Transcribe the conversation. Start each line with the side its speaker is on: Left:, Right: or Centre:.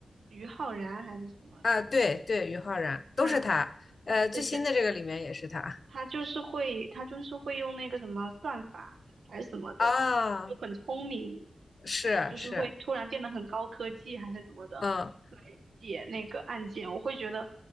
Right: 于浩然还是什么的，
Left: 啊，对对，于浩然都是他，
Right: 他，
Left: 呃，最新的这个里面也是他。
Right: 对对，他就是会，他就是会用那个什么算法还是什么的，
Left: 啊，
Right: 就很聪明，
Left: 是是，
Right: 就是会突然变得很高科技还是怎么的来解那个案件，
Left: 嗯
Right: 我会觉得